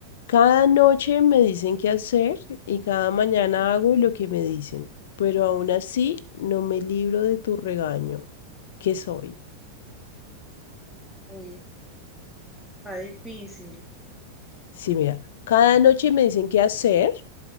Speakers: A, on the left (about 70°); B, in the centre.
A: cada noche me dicen qué hacer y cada mañana hago lo que me dicen, pero aún así no me libro de tu regaño. ¿Qué soy?
B: uy, está difícil.
A: Sí, mira, cada noche me dicen qué hacer